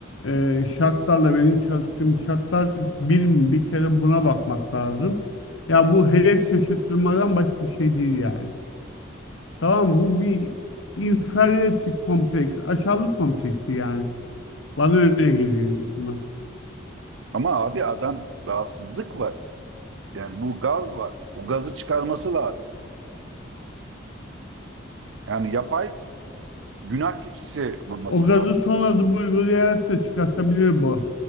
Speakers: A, on the left (about 85°); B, on the right (about 75°).
A: e, şartlarla benim çalıştığım şartlar bir mi? Bir kere buna bakmak lazım. Ya bu hedef şaşırtmadan başka bir şey değil yani. Tamam bu bir inferiority kompleksi, aşağılık kompleksi yani. Bana öyle geliyor en azından.
B: ama abi adam rahatsızlık var. Yani bu gaz var. O gazı çıkarması lazım. Yani yapay günah keçisi bulması
A: O gazı
B: lazım.
A: son adım uygulayarak da çıkartabilir bu.